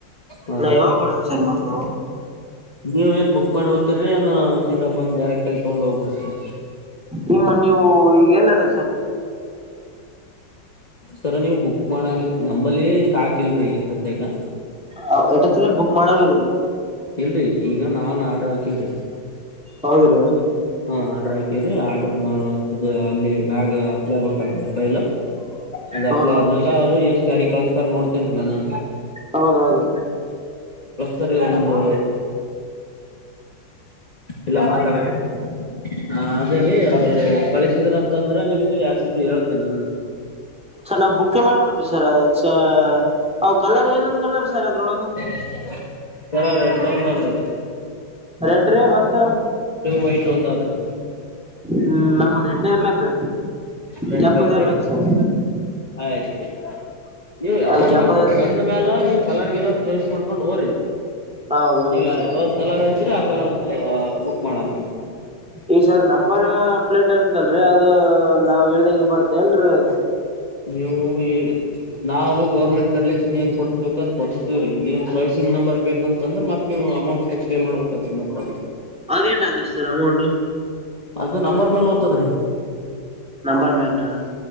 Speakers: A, on the left (about 20°); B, in the centre.
A: ಹಾ
B: ನಾ ಯಾವಾಗ ಬರಾಮ ಸರ್ವು
A: ನೀವ ಏನ್ ಬುಕ್ ತೂರಿ ಅನ್ನ ಸೀದಾ ಬಂದ್ ಡೈರೆಕ್ಟ್ ಆಗಿ ತಗೊಂಡ ಹೋಗ್ಬಿಡ್ತರಿ
B: ನಿಮ್ಮ ನೀವು ಈಗ ಏನ್ ನಡ
A: ಸರ ನೀ ನೀವು ಬುಕ್ ಮಾಡಂಗ ನಂಬಲ್ಲಿ ಸ್ಟಾಕ್ ಇಲ್ರಿೀ ಈಗ ಸದ್ಯಾಗ
B: ಅ ಎಟ ಹತ್ತಿದ್ರೆ ಬುಕ್ ಮಾಡಬೇಕು
A: ಇಲ್ರರಿ ಈಗ ನಾವನ್ ಆಡ್ರ ಹಾಕೇವ್ರಿ
B: ಹೌದ್ರಿ
A: ಹಾ ಆಡ್ರ ರಿ ಆರ್ಡ್ರ ಅಲ್ಲಿ ಮ್ಯಾಗ್ಪ್ಲೈಬೇಕಲ್ ಪೈಲ ಅದ್
B: ಹೌದೌದ್ರಿ
A: ಅಪ್ಲೈ ಆದ್ಮೇಲೆ
B: ಸರ್
A: ಅವ್ರು ಯಸ್ ಗಾಡಿ ಕಳಸ್ತಾರ ನೋಡ್ತೇನ್ೀ ನಾನ
B: ಹೌದ ಹೌದು್ರ
A: ಸರಿ ಒಂದು ಎಲ್ಲ ಮಾತಾಡ <unintelligible> ಹ ಅದೇ ರೀ ಕಳಿಸಿದ್ರ ಅಂತಂದ್ರೆ ನಿಮ್ಗ ಯಾಸ್್ದು ಹೇಳ್ತಿಲ್ಲ ನಾನು
B: ಸರ್ ನಾವು ಬುಕ್ ಮಾಡಿಬಿಡ್ತೀವಿ ಸರ್ ಅದ ಅ ಕಲರ್ ಏನೇನ್ ಕಲರ್ ಸರ್ ಅದ್ರೊಳಗೆ
A: <inaudible> ಹ ರೆಡ್ಡೊಂದಾದ್ರಿ
B: ರೆಡ್ರಿ ಮತ್ತ
A: ವೈಟ್ ಒಂದ್ ಆದ್ರಿ
B: ಹ್ಮ್ ನಮ್ಮ್ರ ಎಡ್ಡ ಇರ್ಲಕ್ರೀ
A: ರೆಡ್
B: ಕೆಂಪದ
A: ಬೇಕ
B: ಇರ್ಲಕ್
A: ರೀ
B: ಸರ್
A: ಆಯ್ತ್ು ರೀ ನೀವು ಯಾವಾಗ
B: ಅದ ಕೆಂಪದ
A: ನೀವು ಬಂದ ಮ್ಯಾಲ ನೀವು್ ಕಲರ್ಗೆಲ್ಲರ್ ಚೋಯ್ಸ್ ಮಾಡ್ಕೊಂಡ್ ಹೋರಿ
B: ಹೌದೌದು
A: ನೀವ
B: ಸರ್
A: ಯಾವ್ ಕಲರ್ ಅ ಆ ಕಲರ್ ಬುಕ್ ಮಾಡಾಮಗೆ
B: ಈ ಸರ್ ನಂಬರ್ ಪ್ಲೇಟ್ ಇರ್ತ್ತಲ್ರರಿ ಅದು ನಾವವು ಇಳ್ದಂಗಗೆ ಬರ್ತೇನ್ರೀ ಅ
A: ನೀವು ಇಗ್ ನಾವು ಗೌರ್ಮೆಂಟ್ ಕಡ್ಲೆ ಚನ್ ಏನ್ ಕೊಡ್ಸ್ಬೇಕು ಅದು ಕೊಡಸ್ತತಿವ್ರೀ ನೀವ್ ಚಾಯ್ಸಿಂಗ್ ನಂಬರ್ ಬೇಕಂತ ಅಂದ್ರ ಮತ್ ನೀವು ಅಮೌಂಟ್ ಪೇ ಮಾಡ್ಬೇಕತ್ರಿ ಅದುಕ್
B: ಅದೇಟಾ ಆದತ್ರಿ ಅಮೌಂ
A: ಅದು ನಂಬರ್ ಮೇಲೆ ಹೋತದ್ರಿ
B: ನಂಬರ್ ಮೇಲೆ ರಿ ಹ